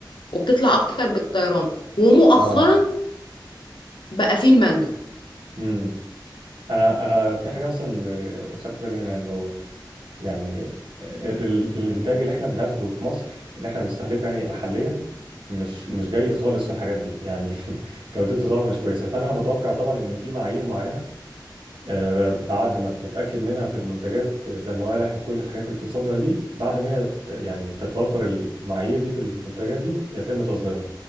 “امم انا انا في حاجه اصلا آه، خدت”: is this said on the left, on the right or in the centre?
Right